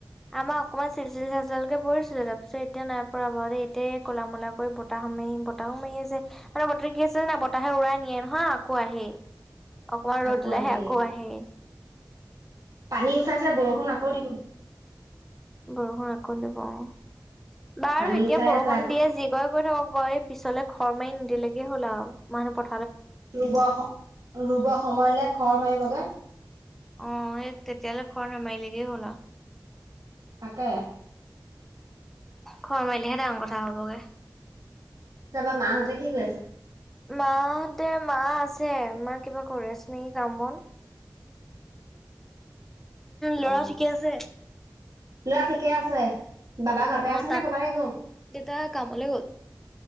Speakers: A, in the centre; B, on the right.
A: আমাৰ অকনমান চিলি - চিলি চালচালকে পৰিছিলে তাৰপিছত এয়া নাই পৰা ব এতিয়া কল মোলা কৰি বতাহ খামেই। বতাহো মাৰি আছে মানে বতাহ কি আছে যে ন বতাহে উৰাই নিয়ে নহয় আকৌ আহি অকমান ৰ'দ
B: আকৌ
A: দিলেহে
B: আহি
A: আকৌ আহি
B: পানী উঠাই যে বৰষুণ আকৌ দিব
A: বৰষুণ আকৌ দিব অ'। বাৰু
B: পানী
A: এতিয়া
B: উঠাই
A: বৰষুণ
B: আছে আকৌ
A: দিয়ে যি কৰে কৰি থাকক বয়েপ পিছলে খৰ মাৰি নিদিলেগে হ'ল আৰু মানুহ প
B: ৰুব আক, ৰুব সময়লৈ খৰ মাৰিবগে।
A: অ' হেই তেতিয়ালৈ খৰ নামাইলেগে হ'ল আও।
B: তাকে।
A: খোৱা মাৰিলেহে ডাঙৰ কথা হ'বগে।
B: তাৰপৰা মাহঁতে কি কৰি আছে?
A: মাহতে, মা আছে মা কিবা কৰি আছে নেকি কাম বন। ল'ৰা
B: অ
A: ঠিকে আছে?
B: ল'ৰা ঠিকে আছে বাবা ঘৰতে
A: অ'
B: আছ
A: তাত
B: নে কৰবালৈ গ'ল
A: দেউতা কামলৈ গ'ল।